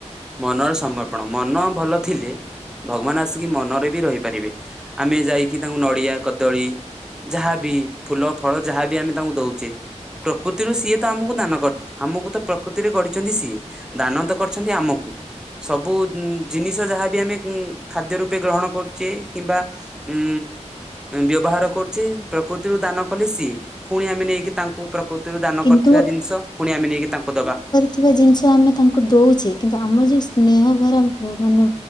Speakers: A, in the centre; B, on the left.
A: ମନର ସମର୍ପଣ ମନ ଭଲ ଥିଲେ ଭଗବାନ ଆସିକି ମନରେ ବି ରହିପାରିବେ ଆମେ ଯାଇକି ତାଙ୍କୁ ନଡିଆ କଦଳୀ ଯାହାବି ଫୁଲ ଫଳ ଯାହାବି ଆମେ ତାଙ୍କୁ ଦଉଚେ ପ୍ରକୃତିରୁ ସିଏ ତ ଆମକୁ ଦାନ କର ଆମକୁ ତ ପ୍ରକୃତିରେ ଗଢ ଚନ୍ତି ସିଏ ଦାନ ତ କରିଛନ୍ତି ଆମକୁ। ସବୁ ଉଁ ଜିନିଷ ଯାହାବି ଆମେ ଉଁ ଖାଦ୍ୟ ରୂପେ ଗ୍ରହଣ କରୁଚେ କିମ୍ବା ଉଁ ବ୍ୟବହାର କରୁଚେ ପ୍ରକୃତିରୁ ଦାନ କଲେ ସିଏ ଫୁଣି ଆମେ ନେଇକି ତାଙ୍କୁ ପ୍ରକୃତିରୁ ଦାନ
B: କିନ୍ତୁ
A: କରିଥିବା ଜିନିଷ ପୁଣି ଆମେ ନେଇକି ତାଙ୍କୁ ଦବା।
B: ଥିବା ଜିନିଷ ଆମେ ତାଙ୍କୁ ଦଉଛେ କିନ୍ତୁ ଆମର ଯୋଉ ସ୍ନେହ ଭରା ମାନେ